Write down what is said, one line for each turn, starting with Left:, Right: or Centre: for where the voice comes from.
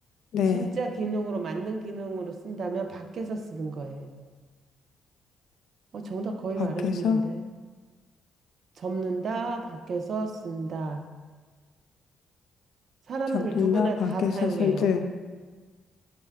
Left: 네.
Right: 진짜 기능으로 맞는 기능으로 쓴다면 밖에서 쓰는 거예요. 어, 정답 거의
Left: 밖에서
Right: 말해줬는데. 접는다, 밖에서 쓴다. 사람들
Left: 접는다.
Right: 누구나
Left: 밖에서
Right: 다 사용해요.
Left: 쓰는데.